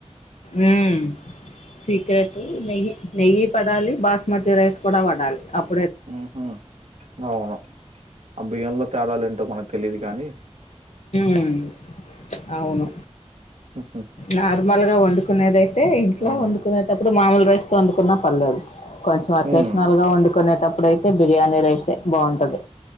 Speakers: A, on the left; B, on the right.
A: ఉమ్ సీక్రెట్ నెయ్యి నెయ్యి పడాలి బాస్మతి రైస్ కూడా పడాలి. అప్
B: ఉహు అవును ఆ బియంలో తేడాలు ఏంటో మనకు తెలిదు కాని
A: ఉమ్ అవును
B: ఉహు
A: నార్మల్ గా వండుకునేదయితే ఇంట్లో
B: ఉమ్
A: వండుకునేటప్పుడు మామూల్ రైస్ తో వండుకున్నా పర్లేదు కొంచెం అకేషనల్గా
B: ఉమ్
A: వండుకునేటప్ ఇప్పుడైతే బిర్యానీ రైసే బావుంటది.